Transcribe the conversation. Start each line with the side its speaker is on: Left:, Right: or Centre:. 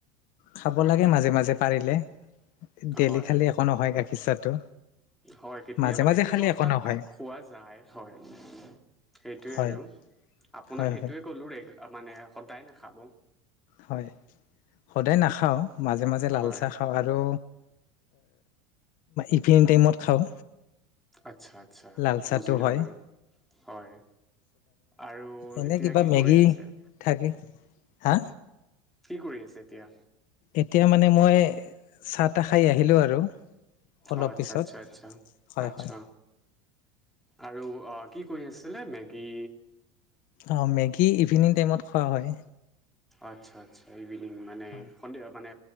Left: খাব লাগে মাজে মাজে পাৰিলে ডেইলি
Centre: হয়
Left: খালে একো নহয় গাখীৰ চাহটো
Centre: হয় কেতিয়াবা
Left: মাজে মাজে
Centre: কেতিয়াবা
Left: খালে
Centre: হঠাৎ
Left: একো নহয়
Centre: খোৱা যায় হয় সেইটোৱে
Left: হয়
Centre: আৰু আপোনাক
Left: হয়
Centre: সেইটোৱে
Left: হয়
Centre: কলো ৰে মানে সদায় নাখাব
Left: হয় সদায় নাখাওঁ মাজে মাজে লাল
Centre: হয়
Left: চাহ খাওঁ আৰু ইভিনিং টাইমত খাওঁ
Centre: আচ্ছা আচ্ছা
Left: লাল চাহটো
Centre: বুজিলোঁ
Left: হয়
Centre: বাৰু হয় আৰু
Left: এনে
Centre: এতিয়া
Left: কিবা
Centre: কি
Left: মেগী
Centre: কৰি আছে
Left: থাকে হা
Centre: কি কৰি আছে এতিয়া
Left: এতিয়া মানে মই চাহ তাহ খাই আহিলোঁ আৰু অলপ
Centre: অ আচ্ছা
Left: পিছত
Centre: আচ্ছা আচ্ছা
Left: হয়
Centre: আচ্ছা
Left: হয়
Centre: আৰু কি কৰি আছিলে মেগী
Left: অ মেগী ইভিনিং টাইমত খোৱা হয়
Centre: আচ্ছা আচ্ছা ইভি মানে
Left: হয়
Centre: সন্ধিয়া মানে